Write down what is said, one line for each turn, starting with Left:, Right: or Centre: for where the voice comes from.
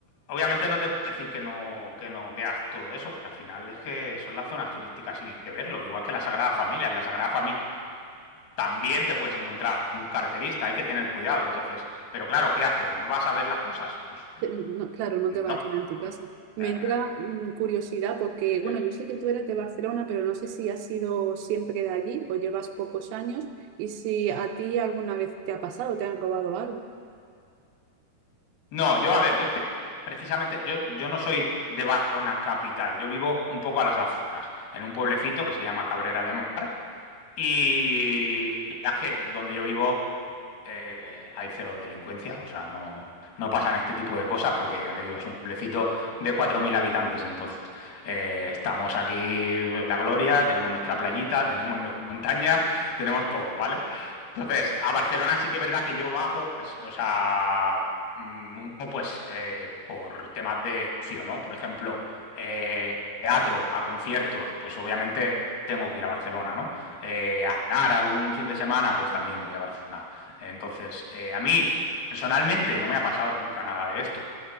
Left: obviamente no te puedo decir que no, que no veas todo eso, porque al final es que son las zonas turísticas y hay que verlo, igual que la Sagrada Familia. En la Sagrada Familia también te puedes encontrar un carterista, hay que tener cuidado. Entonces, pero claro, ¿qué haces? ¿No vas a ver las cosas? Pues
Right: Eh, No, claro, no
Left: no.
Right: te va a
Left: O
Right: quedar en tu casa. Me
Left: sea,
Right: entra
Left: eh,
Right: mm, curiosidad porque, bueno,
Left: eh,
Right: yo sé que tú eres de Barcelona, pero no sé si has sido siempre de allí o llevas pocos años y si a ti alguna vez te ha pasado, te han robado algo.
Left: no, yo a ver, yo es que precisamente, yo, yo no soy de Barcelona capital, yo vivo un poco a las afueras, en un pueblecito que se llama Cabrera de Mar, Y la verdad es que donde yo vivo eh, hay cero delincuencia, o sea, no, no pasan este tipo de cosas porque ya te digo, es un pueblecito de 4.000 habitantes, entonces eh, estamos aquí en la gloria, tenemos nuestra playita, <laughs> tenemos nuestra montaña, tenemos todo, ¿vale? Entonces, a Barcelona sí que es verdad que yo bajo, pues, o sea, mm, un poco pues eh, por temas de ocio, ¿no? Por ejemplo, eh, teatro, a conciertos, pues obviamente tengo que ir a Barcelona, ¿no? eh, a ganar algún fin de semana, pues también voy a Barcelona. Entonces, eh, a mí personalmente no me ha pasado nunca nada de esto,